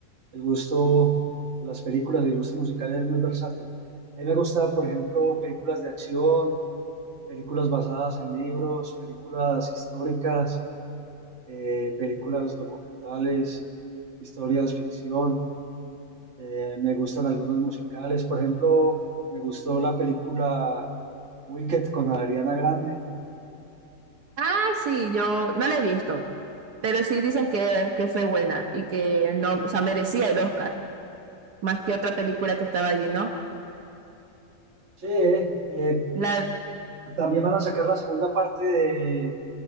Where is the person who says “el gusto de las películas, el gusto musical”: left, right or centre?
Right